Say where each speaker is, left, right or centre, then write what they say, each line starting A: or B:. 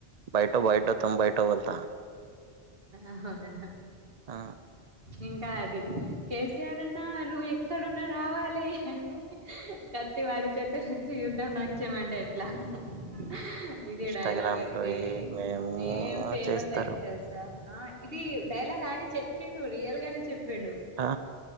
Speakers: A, on the right; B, on the right.
A: బయటో
B: ఆ
A: బయటో తుమ్ బయటో బోళ్తా
B: అవునా
A: ఆ
B: ఇంకా అది కే సీ ఆర్ అన్నా నువ్వు ఎక్కడున్నా రావాలి అంటే కత్తి వాడి చేతుల ఇచ్చి యుద్ధం నాక్ చేయమంటే ఎట్లా? ఆ ఇది
A: ఇన్స్టాగ్రామ్
B: డైలాగ్ ఐతే
A: లో ఏమేమో
B: ఏం ఫేమస్
A: చేస్తారు
B: అయింది తెల్స్ ఆ ఇది డైలాగ్ అని చెప్పిండు రియల్ గానే చెప్పిండు
A: ఆ